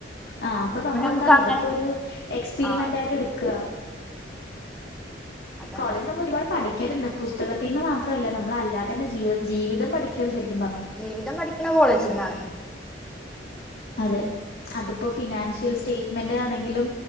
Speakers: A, on the left (about 60°); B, in the centre.
A: ആ അപ്പൊ നമ്മൾന്താ
B: നമുക്ക്
A: ഇതൊക്കെ
B: അങ്ങനെ
A: ഒരു എക്സ്പെരിമെന്റ്
B: ആഹ്
A: ആയിട്ട് എടുക്കുക.
B: അതാണ്
A: കോളേജ് നമ്മൾ ഒരുപാട് പഠിക്കലുണ്ട് പുസ്തകത്തീന്ന് മാത്രമല്ല നമ്മള അല്ലാതെ തന്നെ ജീവിത ജീവിതം പഠിക്കയാണ് ശരിക്
B: ജീവിതം പഠിക്ണ കോളേജിന്നാണ്.
A: അതെ. അതിപ്പോ ഫിനാൻഷ്യൽ സ്റ്റേറ്റ്മെന്റ് ആണെങ്കിലും